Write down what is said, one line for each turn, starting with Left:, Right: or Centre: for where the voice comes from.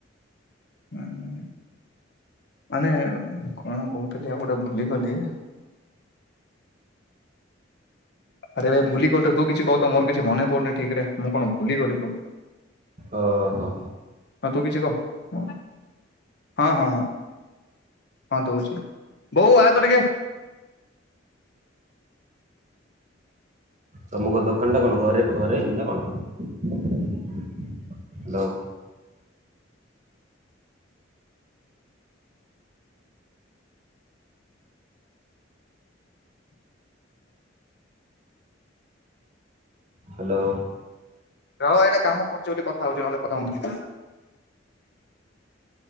Left: ହୁଁ। ମାନେ କଣ କହୁଥିଲି ଆଉ ଗୋଟେ ଭୁଲିଗଲି। ଆରେ ଭାଇ ଭୁଲି ଗଲିରେ ତୁ କିଛି କହ ତ ମୋର କିଛି ମନେ ପଡ଼ୁନି ଠିକ୍ ରେ ମୁଁ କଣ ଭୁଲି ଗଲି
Right: ଓହୋ।
Left: ତୁ କିଛି କହ ହଁ ହଁ ହଁ। ହଁ ଦଉଛି ବୋଉ ଆ ତ ଟିକେ।
Right: ତମର ଦୋକାନ୍ ଟା କଣ ଘରେ ଘରେ ନା କଣ? Hello <inaudible> hello.
Left: ରହ ଏଇଟା କାମ କରୁଛି ବୋଲି କଥା ହଉଛି ନହେଲେ କଥା ହଉନି